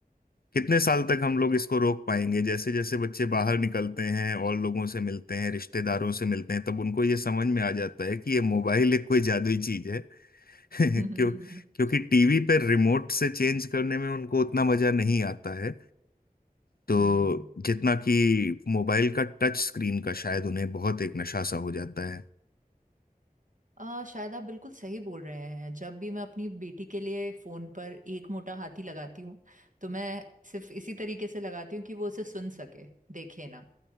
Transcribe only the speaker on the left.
कितने साल तक हम लोग इसको रोक पाएंगे जैसे जैसे बच्चे बाहर निकलते हैं और लोगों से मिलते हैं रिश्तेदारों से मिलते हैं तब उनको ये समझ में आ जाता है कि ये मोबाइल एक कोई जादुई चीज है <laughs> क्यों
क्योंकि टीवी पे रिमोट से चेंज करने में उनको उतना मजा नहीं आता है तो
जितना कि मोबाइल का टच स्क्रीन का शायद उन्हें बहुत एक नशा सा हो जाता